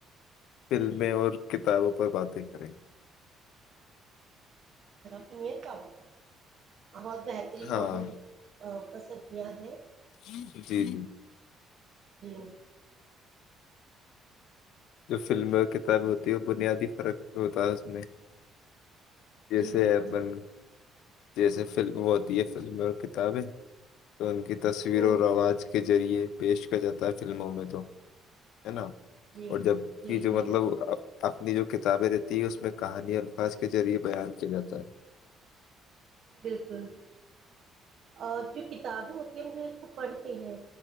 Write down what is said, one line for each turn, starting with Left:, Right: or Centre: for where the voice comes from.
Left: فلمیں اور کتابوں پر باتیں کریں
Right: فی میر کاب بات بہت بہترین
Left: ہاں
Right: موضع پسند یہ ہے
Left: جی جی
Right: جی
Left: جو فلمیں اور کتاب ہوتی ہے اور بنیادی فرق وتااز میں جسے
Right: جی بالکل
Left: اپن جیسے ف ہوتی ہے فلمیں اور کتابیں تو ان کی تصویر
Right: ہوں
Left: اور رواز کے ذریعے پیش کیا جاتا ہے فلموں میں تو ہے نا
Right: جی
Left: اور جب
Right: جی
Left: کی جو
Right: جی
Left: مطلب
Right: بال-
Left: اپنی جو کتابیں رہتی ہیں اس میں کہانی الفاظ کے ذریعہ بیان کیا جاتا ہے
Right: بالکل اور جو کتابیں ہوتی ہیں ہم جو اس کو پڑھتے ٹھیک ہے